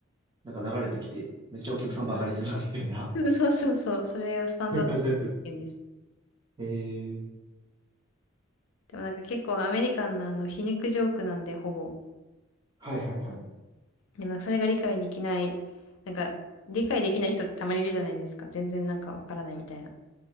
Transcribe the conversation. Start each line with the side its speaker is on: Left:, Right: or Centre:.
Right: なんか流れてきて、めっちゃお客さんバカにするみたいな、
Left: そうです。そうです <laughs> そうそうそう。それがスタンドアップコメです。
Right: <laughs> そういう感じのやつです。ええー、
Left: でもなんか結構アメリカンなあの皮肉ジョークなんでほぼ。
Right: はいはいはい。
Left: でもなんかそれが理解できない、なんか理解できない人ってたまにいるじゃないですか。全然なんかわからないみたいな。